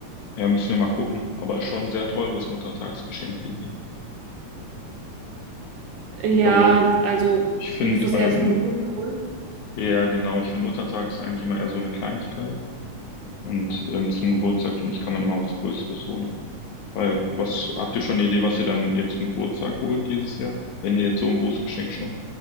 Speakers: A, on the left (about 70°); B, on the right (about 70°).
A: ja, müssen wir mal gucken. Aber ist schon ein sehr teures Muttertagsgeschenk, finde ich.
B: Ja,
A: Also
B: also
A: ich finde,
B: würdest du das
A: bei
B: eher zum Geburtstag holen?
A: Ja, genau. Ich finde Muttertag ist eigentlich immer eher so eine Kleinigkeit. Und ähm, zum Geburtstag, finde ich, kann man immer was Größeres holen. Weil, was, habt ihr schon eine Idee, was ihr dann jetzt zum Geburtstag holt dieses Jahr? Wenn ihr jetzt so ein großes Geschenk schon